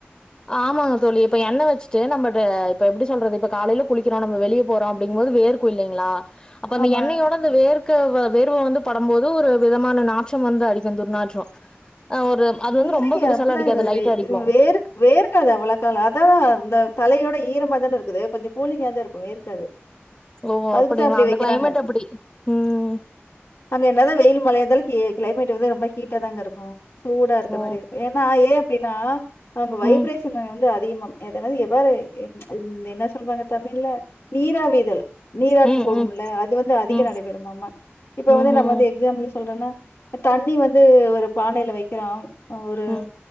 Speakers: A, on the left (about 20°); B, on the left (about 75°).
A: ஆமாங்க தோழி இப்ப எண்ண வச்சுட்டு நம்ம இப்ப எப்பிடி சொல்றது இப்ப காலையில குளிக்கிறோம் நம்ம வெளியே போறோம் அப்படிங்க போது வேர்கும் இல்லைங்களா அப்ப அந்த
B: ஆமா.
A: எண்ணையோட அந்த வேர் கங்கு வேர்வ வந்து பதம் போது ஒரு விதமான நாற்றம் வந்து அடிக்கும் துர்நாற்றம் ஆ ஒரு அது வந்து
B: இல்லையே!
A: ரொம்ப பெருசால
B: அப்படிலாம்
A: அடிக்காது
B: இதுல
A: லைட்டா அடிக்கும்
B: வேர்க் வேர்க்காது அவ்ளதாங்க அதாதான் இந்த தலையோட ஈரம்மாதானே இருக்குது கொஞ்சம் கூலிங்கா தான் இருக்கும் வேர்க்காது
A: ஓ
B: அதுக்குத்தான்
A: அப்டிங்களா
B: அப்பிடி
A: அந்த
B: வைக்கிறாங்க
A: கிளைமேட் அப்டி ம்
B: அங்க என்னாதான் வெயில் மலைய இருந்தாலும் கி கிளைமேட் வந்து ரொம்ப ஹீட்டா தாங்க இருக்கு ஸ்லோ அந்த
A: ஓ
B: மாரி இருக்கு ஏன்னா ஏ அப்படின்னா அங்க வைப்ரேஷனு
A: ம்
B: வந்து அதிகமாம் எதனா எவ்வாறு என்ன சொல்வாங்க தமிழ்ல நீராவிகள் நீராவி
A: ம்
B: போகும்ல
A: ம்
B: அது வந்து அதிக
A: ம்
B: நடைபெறுமாம இப்ப
A: ம்ஹ்ம்
B: வந்து நம்ம வந்து எக்ஸாம்பிள் சொல்றேன்னா தண்ணி வந்து ஒரு பானையில வைக்கிறோ அவரு
A: ம்